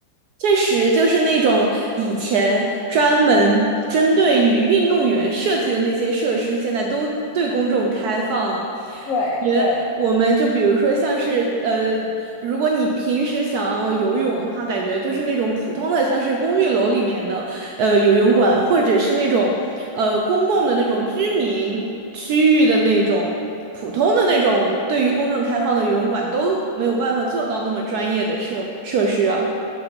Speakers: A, on the right; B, on the left.
A: 确实，就是那种以前专门针对于运动员设计的那些设施，现在都对公众开放了。
B: 对对，
A: 感觉我们就比如说像是呃，如果你平时想要游泳的话，感觉就是那种普通的，
B: 嗯
A: 像是公寓楼里面的呃游泳馆，或者是那种呃公共的那种居民区域的那种普通的那种对于公众开放的游泳馆都没有办法做到那么专业的设设施啊。